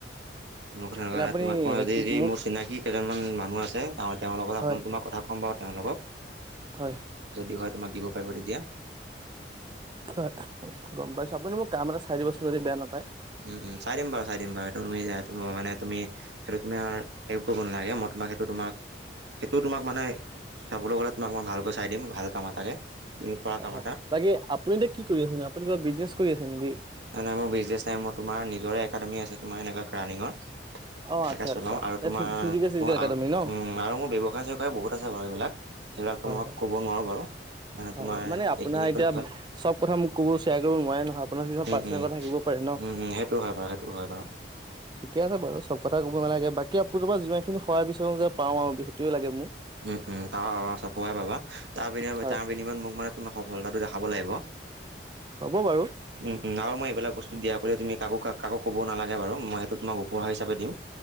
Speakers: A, on the right; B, on the right.
A: ন কথা
B: এনে
A: কোৱা
B: আপুনি
A: তোমাক মই যি
B: কি
A: যি
B: মোক
A: মোৰ চিনাকি কেইজনমান মানুহ আছে অঁ তেওঁৰ লগত
B: হয়
A: আপোনালোক তোমাৰ কথা ক'ম বাৰু তেওঁলোকক
B: হয়
A: যদি হয় তোমাক দিব পাৰিব তেতিয়া।
B: হয় গম পাইছো আপুনি মোক কাম এটা চাই দিবছোন যদি বেয়া নেপায়।
A: উম উম চাই দিম বাৰু চাই দিম বাৰু সিটো তুমি ইয়াত মানে তুমি সেইটো তোমাৰ একো কব নালাগে ম তোমাক সেইটো তোমাক সেইটো তোমাক মানে চাবলৈ গ'লে ত তোমাক মই ভালকৈ চাই দিম ভাল কাম এটাকে তুমি পাৰা
B: হয়
A: কাম
B: হয়
A: এটা
B: বাকী আপুনি এতিয়া কি কৰি আছে ন আপুনি কিবা বিজনেছ কৰি আছে নেকি?
A: নাই নাই মোৰ বিজনেছ নাই মোৰ তোমাৰ নিজৰে একাডেমি আছে তোমাৰ এনেকুৱা ক্ৰানিঙৰ।
B: অ।
A: তাকে
B: আচ্ছা
A: চলাওঁ
B: আচ্ছা
A: আৰু তোমাৰ
B: এ ফিজিকেল চিজিকেল
A: মোৰ
B: একাডেমি ন
A: উম উ উ আৰু মোৰ ব্যৱসায়-চেবসায় বহুত আছে বাৰু এইবিলাক। সেইবিলাক
B: হয়
A: তোমাক
B: হয়
A: ক'ব নোৱাৰো বাৰু। মানে
B: হয়
A: তোমাৰ
B: হয়, মানে আপোনাৰ
A: এইখিনি
B: এতিয়া
A: ক'লে হ'ল,
B: চব কথা মোক কবো শ্বেয়াৰ কৰিব নোৱাৰে নহয় আপোনাৰ। আপোনাৰ কিছুমান
A: উম,
B: পাৰ্চনেল
A: উম,
B: কথা থাকিব পাৰে ন কুকু
A: উম, উম, সেইটো
B: কুক কুকু
A: হয় বাৰু, সেইটো হয় বাৰু।
B: কুক ঠিকেই আছে বাৰু স। চব কথা ক'ব নালাগে বাকী আপোনাৰ পৰা যিমানখিনি সহায় বিচাৰো যে পাওঁ আৰু সেইটোৱে লাগে মোক।
A: উম উম পাবা পাবা চব খবৰে পাবা তাৰ বিনিময়ত
B: হয়
A: তাৰ বিনিময়ত মোক মানে তোমাৰ সফলতাটো দেখাব লাগিব।
B: হ'ব বাৰু
A: উম উ আৰু মই এইবিলাক বস্তু দিয়া বুলিও তুমি কাকো কাক। কাকো ক'বও নালাগে বাৰু মই সেইটো তোমাক উপহাৰ হিচাপে দিম।